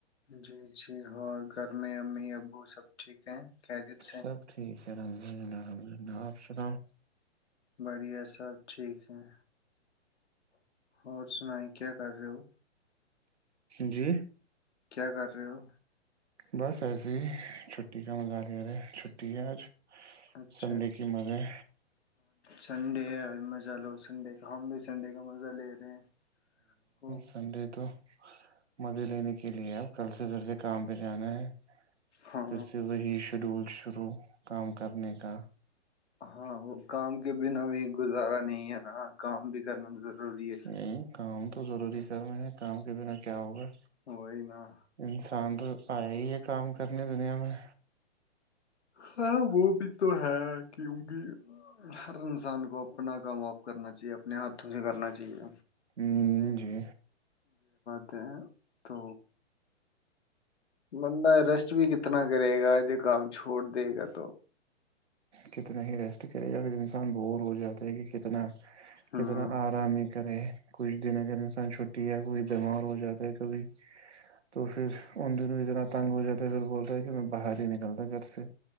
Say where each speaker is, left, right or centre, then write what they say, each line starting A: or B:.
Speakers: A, on the left; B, on the right.
A: جی جی اور گھر میں امی ابو سب ٹھیک ہیں خیریت سے
B: سب
A: ہیں
B: ٹھیک ہے الحمد اللہ چپ رہ چپ رہ
A: بڑھیا سب ٹھیک ہیں <unintelligible> سناائی کیا کر رہے ہو
B: جی
A: کیا کیا کر رہے ہو
B: بس ایسے ہی چھٹی کا مزال ہے رہے چھٹی ہے آج
A: اچھا
B: سنڈے
A: اچھا
B: کی مزے
A: سنڈے مزہ لو سنڈے کا ہم بھی سنڈے کا مزہ لے رہے ہیں خوب
B: <inaudible> مزے لینے کے لیے ہم کل سے کام پہ جانا ہے
A: ہاں
B: پھر سے وہی شیڈول شرو کام کر کرنے کا
A: ہاں وہ کام کے بنا بھی گزارا نہیں ہے نا کام بھی کرنا ضروری ہے
B: یہ کام تو ضروری کر رہے ہیں کام کے بنا کیا ہوگا
A: وہی نا
B: انسان تو ہی کام کرنی دنیا میں
A: ہاں وہ بھی تو ہے کیونکہ ہر انسان کو اپنا کام آ کرنا چاہیے اپ اپنے ہاتھوں سے کرنا چاہیے
B: ہاں جی
A: تے ہیں تو بند ریسٹ بھی اتنا کرے گا جو کام چھوڑ دے گا تو
B: کتنا ہی ریسٹ کرے گا پھر انسان بور ہو جاتا ہے کہ کتنا
A: ہوں
B: کتنا آرام <inaudible> کچھ دن اگر انسانھٹی یا کوئی بیمار ہو جاتا ہے کب تو پھر ان دن اتنا تنگ ہو جاتا ہے پھر بولتا ہے کہ میں باہر ہی نکلتا گھر سے